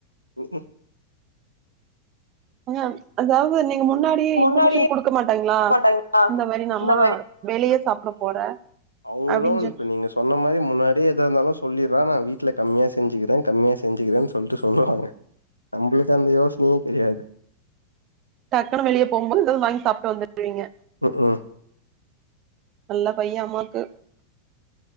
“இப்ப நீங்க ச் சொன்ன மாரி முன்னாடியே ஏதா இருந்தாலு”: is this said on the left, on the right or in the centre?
Left